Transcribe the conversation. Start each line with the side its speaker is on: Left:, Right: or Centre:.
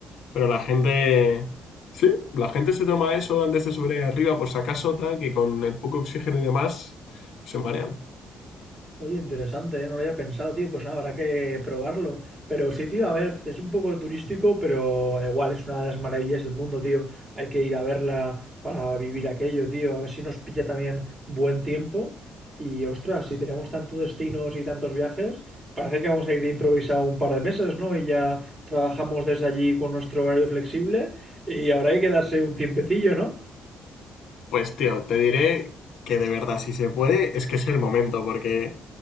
Left: Pero la gente, sí, la gente se toma eso antes de subir ahí arriba por si acaso, tal, que con el poco oxígeno y demás se marean.
Right: Oye, interesante, ¿eh? No lo había pensado, tío. Pues nada, habrá que probarlo. Pero sí, tío, a ver, es un poco turístico, pero da igual, es una de las maravillas del mundo, tío. Hay que ir a verla para vivir aquello, tío. A ver si nos pilla también buen tiempo. Y ostras, si tenemos tantos destinos y tantos viajes, parece que vamos a ir de improvisado un par de meses, ¿no? Y ya trabajamos desde allí con nuestro horario flexible. Y habrá que quedarse un tiempecillo, ¿no?
Left: Pues tío, te diré que de verdad, si se puede, es que es el momento, porque